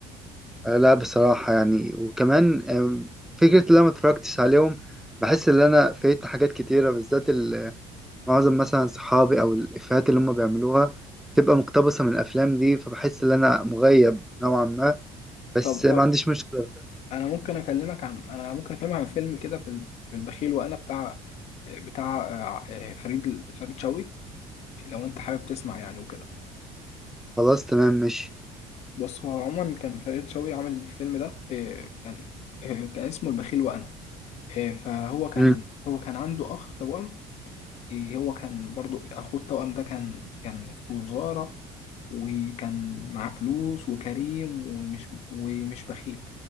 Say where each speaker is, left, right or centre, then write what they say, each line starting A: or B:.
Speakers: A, in the centre; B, on the left.
A: آه، لا بصراحة يعني وكمان آم، فكرة اللي أنا متفرجتش عليهم بحس إن أنا فايت حاجات كتيرة بالذات ال- معظم مثلا صحابي أو الإفيهات اللي هم بيعملوها تبقى مقتبسة من الأفلام دي فبحس إن أنا مغيب نوعا ما بس
B: طب
A: ما عنديش مشكلة
B: انا ممكن اكلمك عن انا ممكن اكلمك عن فيلم كده في ال- في البخيل وانا بتاع بتاع آه، آه، فريد فريد شوقي لو انت حابب تسمع يعني وكده
A: خلاص تمام ماشي
B: بص هو عموما كان فريد شوقي عامل الفيلم ده آه، كان آه، كان اسمه البخيل وانا آه، فهو كان
A: مم.
B: هو كان عنده اخ توأم آه، هو كان برضو اخوه التوأم ده كان كان في وزارة وكان معاه فلوس وكريم ومش ومش بخيل